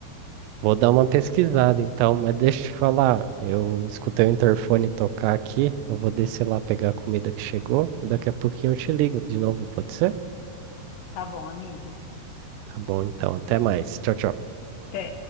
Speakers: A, on the right; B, on the left.
A: Vou dar uma pesquisada então, mas deixa eu te falar, eu escutei o interfone tocar aqui, eu vou descer lá pegar a comida que chegou e daqui a pouquinho eu te ligo de novo, pode ser?
B: Tá bom, amigo.
A: Tá bom, então, até mais. Tchau, tchau.
B: Até.